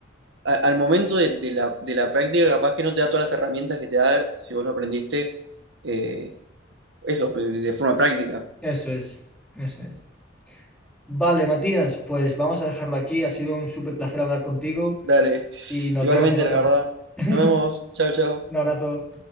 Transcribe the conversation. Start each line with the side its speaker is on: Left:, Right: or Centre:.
Right: a- al momento de, de la, de la práctica capaz que no te da todas las herramientas que te da si vos lo aprendiste, eh, eso, de forma práctica.
Centre: eso es, eso es. Vale, Matías, pues vamos a dejarlo aquí. Ha sido un súper placer hablar contigo
Right: Dale.
Centre: y nos
Right: Igualmente,
Centre: vemos en otra.
Right: la verdad.
Centre: <laughs>
Right: Nos vemos. Chao, chao.
Centre: Un abrazo.